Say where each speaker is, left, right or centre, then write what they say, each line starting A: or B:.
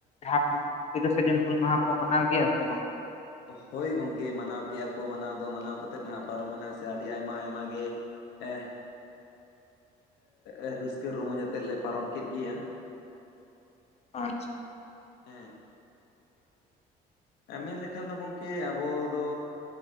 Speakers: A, on the left; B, on the left.
A: ᱡᱟᱦᱟ ᱛᱤᱨᱤᱥᱟ ᱡᱩᱱ ᱦᱩᱸᱞ ᱢᱟᱦᱟ ᱠᱚ ᱢᱟᱱᱟᱣ ᱜᱮᱭᱟ ᱥᱮ ᱵᱟᱝ?
B: ᱦᱳᱭ ᱜᱚᱝᱠᱮ ᱢᱟᱱᱟᱣ ᱠᱮᱫᱜ-ᱟ ᱠᱚ ᱢᱟᱱᱟᱣ ᱫᱚ ᱢᱟᱱᱟᱣ ᱠᱟᱛᱮᱫ ᱱᱟᱦᱟᱜ ᱯᱟᱨᱚᱢ ᱢᱮᱱᱟ ᱥᱮ ᱟᱹᱰᱤ ᱟᱭᱢᱟ ᱟᱭᱢᱟ ᱜᱮ ᱮᱸᱻ ᱮᱸᱻ ᱨᱟᱹᱥᱠᱟᱹ ᱨᱚᱸᱢᱚᱡᱽ ᱟᱛᱮᱫ ᱞᱮ ᱯᱟᱨᱚᱢ ᱠᱮᱫ ᱜᱮᱭᱟ᱾
A: ᱟᱪᱪᱷᱟ᱾
B: ᱦᱮᱸ ᱟᱨ ᱢᱮᱱ ᱞᱮ ᱠᱷᱟᱱ ᱫᱚ ᱜᱚᱝᱠᱮ ᱟᱵᱚ ᱫᱚ